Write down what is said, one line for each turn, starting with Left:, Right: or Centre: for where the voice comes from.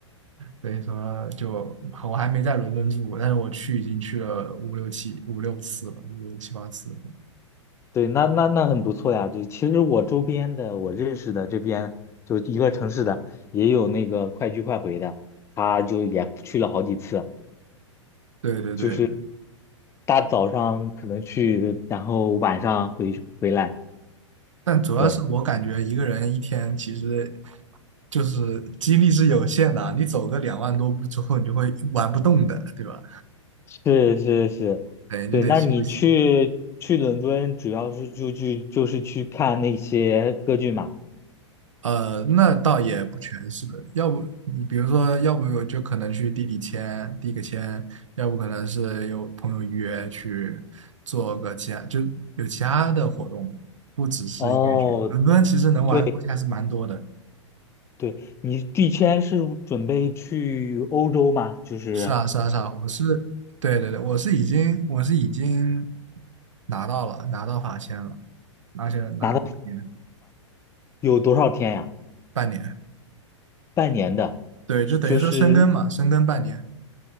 Right: 所以说就，我还没在伦敦住过，但是我去已经去了五六七五六次了，五六七八次了。
Left: 对，那那那很不错呀。对，其实我周边的，我认识的这边就一个城市的，也有那个快去快回的，他就也去了好几次，
Right: 对对对，
Left: <laughs> 就是大早上可能去，然后晚上回回来。
Right: 但主要是我感觉一个人一天其实
Left: 对，
Right: 就是精力是有限的啊，你走个两万多步之后，你就会玩不动的，对吧？
Left: 是是是，
Right: 等于就得休息。
Left: 对。那你去去伦敦，主要是就去就是去看那些歌剧嘛？
Right: 呃，那倒也不全是，要不你比如说，要不我就可能去地里签递个签，要不可能是有朋友约去做个其他，就有其他的活动，不只是音乐剧。
Left: 哦，
Right: 伦敦其实能玩的东西还是蛮多的，
Left: 对。对，你第签是准备去欧洲吗？就是
Right: 是啊，是啊，是啊，我是，对对对，我是已经，我是已经拿到了，拿到法签了，而且拿了半年，
Left: 拿到有多少天呀？
Right: 半年，
Left: 半年的，
Right: 对，就等于说深耕嘛，
Left: 就是
Right: 深耕半年，